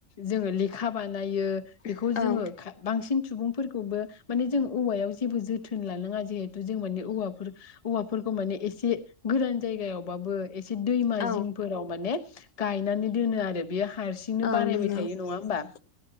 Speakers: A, on the left; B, on the left.
A: जोङो लेखा बानायो बेखौ
B: औ
A: जोङो खा बांसिन सुबुंफोर खौबो माने जों औवायाव जेबो जोथोन लानाङा जेहुते जों <unintelligible> औवाफोर औवाफोरखौ माने एसे गोरान जायगायाव बाबो ए एसे दैमा
B: औ
A: जिंफोराव माने। गायनानै दोनो आरो बेयो। हारसिंनो
B: औ
A: बारायबाय
B: नंगौ
A: थायो नङा होमबा
B: औ